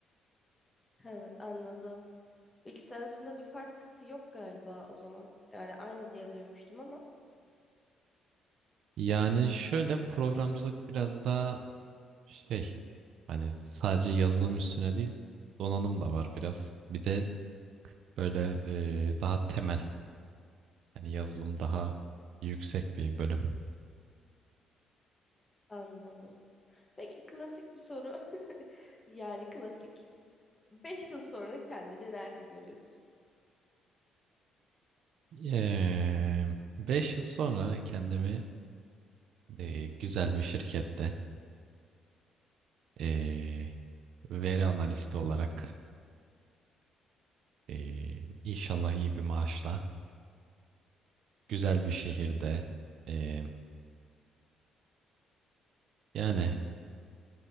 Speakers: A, on the left (about 20°); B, on the right (about 70°).
A: <laughs> He, anladım. İkisi arasında bir fark yok galiba o zaman. Yani aynı diye duymuştum ama.
B: Yani şöyle programcılık biraz daha şey hani sadece yazılım üstüne değil donanım da var biraz. Bir de böyle e, daha temel yani yazılım daha yüksek bir bölüm.
A: Anladım. Peki klasik bir soru. <laughs> Yani klasik. Beş yıl sonra kendini nerede görüyorsun?
B: Eee 5 yıl sonra kendimi e, güzel bir şirkette e, veri analisti olarak e, inşallah iyi bir maaşla güzel bir şehirde e, yani